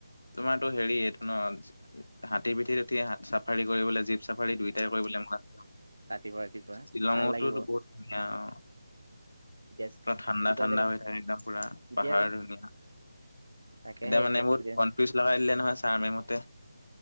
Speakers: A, on the left; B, on the right.
A: তোমাৰটো হেৰিত ন হাতী পিঠিত উঠি হাত চাফাৰী কৰিবলে জীপছ চাফাৰী দুইটাই কৰিবলৈ ম'ন আছিল।
B: ৰাতিপুৱা ৰাতিপুৱা
A: শ্বিলঙটো
B: ভাল লাগিব
A: বহুত ধুনীয়া অ।
B: এতিয়া
A: পুৰা ঠাণ্ডা
B: দুটা
A: ঠাণ্ডা
B: জেগা
A: হৈ থাকে একদম পুৰা
B: এতিয়া
A: পাহাৰ ধুনীয়া।
B: তাকেহে
A: এতিয়া মানে বহুত
B: ষ্টুডেন্ট
A: কনফিউজ লগাই দিলে নহয় ছাৰ মেইমহতে।